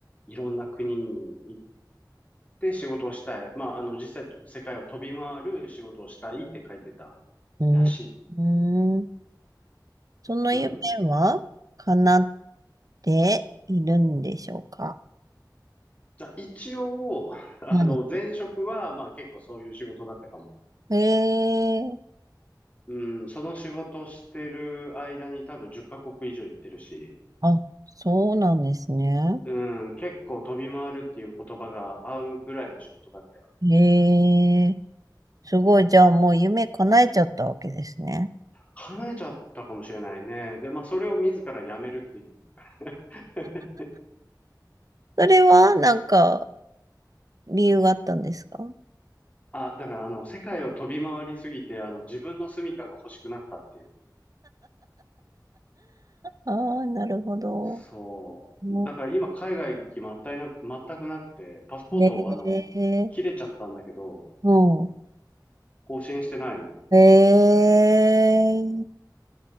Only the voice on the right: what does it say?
うん、
うん、その夢は叶っ
ているんでしょうか
は
い。ええ
あ、そうなんですね。
へえ、すごい。じゃあもう夢叶えちゃったわけですね。
それはなんか理由があったんですか
ああー、なるほど。
う
んへえ、
うん。
へえ、